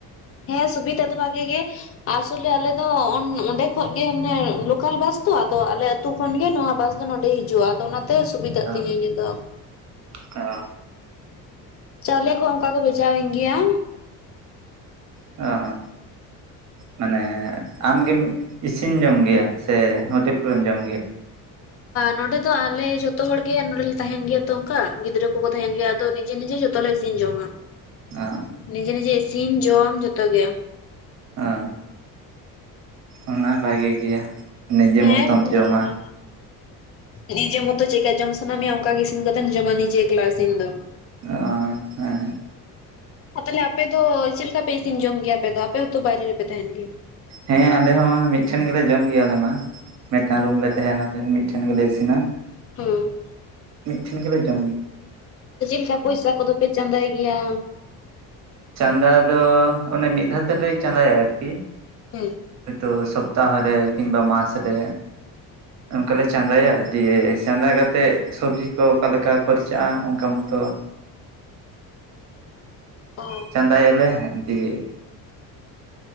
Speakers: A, on the left (about 40°); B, on the right (about 50°).
A: ᱦᱮᱸ ᱥᱩᱵᱤᱛ ᱟ ᱫᱚ ᱵᱷᱟᱜ ᱜᱮ ᱟᱥᱚᱞᱮ ᱟᱞᱮ ᱫᱚ ᱚᱸᱰᱮ ᱠᱷᱚᱱᱚᱡ ᱜᱮ ᱢᱟᱱᱮ ᱞᱳᱠᱟᱞ ᱵᱟᱥ ᱛᱚ ᱟ ᱟᱞᱮ ᱟᱛᱩᱳ ᱠᱷᱚᱱ ᱜᱮ ᱱᱚᱣᱟ ᱵᱟᱥ ᱫᱚ ᱱᱚᱰᱮ ᱦᱤᱡᱩᱜᱼᱟ ᱟᱫᱚ ᱚᱱᱟᱛᱮ ᱥᱩᱵᱤᱫᱷᱟᱜ ᱛᱤᱧᱟᱹᱫᱚ
B: ᱚ ᱚ
A: ᱪᱟᱣᱞᱮ ᱠᱚᱦᱚᱸ ᱚᱱᱠᱟ ᱠᱚ ᱵᱷᱮᱡᱟᱣᱤᱧ ᱜᱮᱭᱟ᱾
B: ᱳ ᱳ ᱢᱟᱱᱮ ᱟᱢᱜᱮᱢ ᱤᱥᱤᱱ ᱡᱚᱝ ᱜᱮᱭᱟ ᱥᱮ ᱦᱳᱴᱮᱞ ᱠᱚᱨᱮᱢ ᱡᱚᱢ ᱜᱮᱭᱟ᱾
A: ᱱᱚᱸᱰᱮ ᱫᱚ ᱟᱞᱮ ᱡᱷᱚᱛᱚ ᱦᱚᱲ ᱜᱮ ᱱᱚᱰᱮᱮᱞ ᱞᱮ ᱛᱟᱦᱮᱱ ᱜᱮᱭᱟ ᱛᱚ ᱚᱱᱠᱟ ᱜᱤᱫᱽᱨᱟᱹ ᱠᱚᱠᱚ ᱛᱟᱦᱮᱱ ᱜᱮᱭᱟ ᱟᱫᱚ ᱱᱤᱡᱮ ᱱᱤᱡᱮ ᱡᱚᱛᱚ ᱡᱷᱚᱛᱚ ᱞᱮ ᱤᱥᱤᱱ ᱡᱚᱝᱟ᱾
B: ᱟᱹ
A: ᱱᱤᱡᱮ ᱱᱤᱡᱮ ᱤᱥᱤᱱ ᱡᱚᱢ ᱡᱚᱛᱚ ᱜᱮ
B: ᱦᱮᱸ ᱚᱱᱟ ᱵᱷᱟᱜᱤ ᱜᱮᱭᱟ ᱱᱤᱡᱮ
A: ᱦᱮᱸ
B: ᱢᱚᱸᱡᱽ ᱛᱚᱢ
A: ᱵᱷᱟᱜᱮ
B: ᱡᱚᱢᱟ᱾
A: ᱱᱤᱡᱮ ᱢᱚᱛᱚ ᱪᱤᱠᱠᱟ ᱡᱚᱢ ᱥᱟᱱᱟ ᱢᱮᱭᱟ ᱚᱱᱠᱟ ᱜᱮ ᱤᱥᱤᱱ ᱠᱟᱛᱮᱢ ᱡᱚᱢᱟ ᱱᱤᱡᱮ ᱮᱠᱞᱟᱥᱤᱱ ᱫᱚ
B: ᱚ ᱦᱮᱸ
A: ᱛᱟᱦᱚᱞᱮ ᱟᱯᱮ ᱫᱚ ᱪᱮᱫ ᱞᱮᱠᱟ ᱯᱮ ᱤᱥᱤᱱ ᱡᱚᱢ ᱜᱮᱭᱟ ᱟᱯᱮ ᱫᱚ ᱟᱯᱮ ᱦᱚᱸᱚᱛᱚ ᱵᱟᱭᱨᱮ ᱨᱮᱯᱮ ᱛᱟᱦᱮᱱ ᱜᱮᱭᱟ᱾
B: ᱦᱮᱸ ᱟᱞᱮ ᱦᱚᱸ ᱢᱤᱫᱴᱷᱮᱱ ᱜᱮᱞᱮ ᱡᱚᱢ ᱜᱮᱭᱟ ᱟᱞᱮ ᱢᱟ ᱢᱤᱫᱴᱟᱝ ᱨᱩᱢ ᱞᱮ ᱛᱟᱦᱮᱸᱱᱟᱞᱮ ᱢᱤᱫᱴᱷᱮᱱ ᱜᱮᱞᱮ ᱤᱥᱤᱱᱟ᱾
A: ᱦᱩᱸ
B: ᱢᱤᱫ ᱴᱷᱮᱱ ᱜᱮᱞᱮ ᱡᱚᱢᱟ᱾
A: ᱟᱫᱚ ᱪᱮᱫ ᱞᱮᱠᱟ ᱯᱚᱭᱥᱟ ᱠᱚᱫᱚ ᱯᱮ ᱪᱟᱸᱫᱟᱭ ᱜᱮᱭᱟ᱾
B: ᱪᱟᱸᱫᱟ ᱫᱚ ᱚᱱᱮ ᱢᱤᱫ ᱫᱷᱟᱣ ᱛᱮᱞᱭ ᱪᱟᱸᱫᱟᱭᱟ ᱟᱨᱠᱤ
A: ᱦᱮᱸ
B: ᱦᱚᱳᱭᱛᱚ ᱥᱚᱯᱛᱟᱦᱚ ᱨᱮ ᱠᱤᱢᱵᱟ ᱢᱟᱥ ᱨᱮ ᱚᱱᱠᱟ ᱞᱮᱮ ᱪᱟᱸᱫᱟᱭᱟ ᱫᱤᱭᱮ ᱪᱟᱸᱫᱟ ᱠᱟᱛᱮᱜ ᱥᱚᱵᱽᱡᱤ ᱠᱚ ᱚᱠᱟᱞᱮᱠᱟ ᱠᱷᱚᱨᱪᱟᱜᱼᱟ ᱚᱱᱠᱟ ᱢᱚᱛᱚ
A: ᱚ
B: ᱪᱟᱸᱫᱟᱭᱟᱞᱮ <unintelligible>